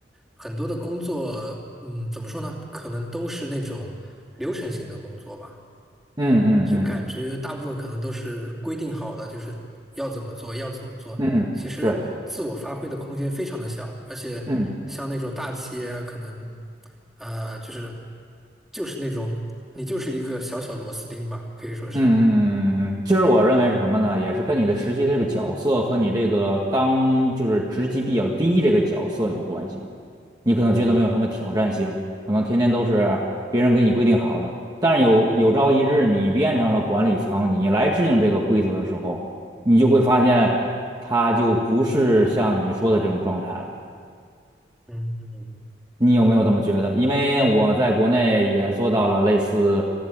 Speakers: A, in the centre; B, on the right (about 25°).
A: 很多的工作，嗯，怎么说呢？可能都是那种流程性的工作吧，
B: 嗯嗯
A: 就感觉大部分可能都是规定好的，就是要怎么做，要怎么做。
B: 嗯嗯，
A: 其实自我发挥的空间非常的小，
B: 对，
A: 而且像那种大企业啊，
B: 嗯。
A: 可能呃，就是就是那种你就是一个小小螺丝钉吧，可以说是。
B: 嗯嗯嗯嗯，嗯，嗯其实我认为是什么呢？也是跟你的实习的这个角色和你这个刚就是职级比较低这个角色有关系。你可能觉得没有什么挑战性，可能天天都是别人给你规定好的。但是有有朝一日你变成了管理层，你来制定这个规则的时候，你就会发现它就不是像你说的这种状态了。
A: 嗯，
B: 你有没有这么觉得？因为我在国内也做到了类似